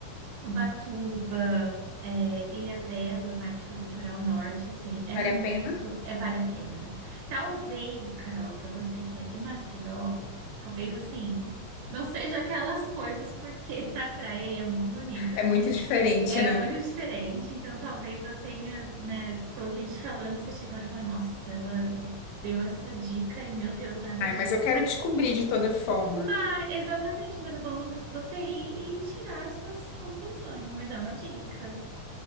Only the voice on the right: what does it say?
Ubatuba, eh, Ilha Bela mais pro litoral norte, assim,
é
muito,
é, vale a pena. Talvez, Carol, para você que é de Maceió, talvez, assim, não seja aquelas coisas, porque <laughs> a praia aí é muito bonita.
É
muito diferente, então talvez eu tenha, né, tô aqui te falando, você chega lá e fala, nossa, ela deu essa dica e, meu Deus, nada
a ver.
Mas, exatamente, mas é bom você ir e tirar suas conclusões, mas é uma dica.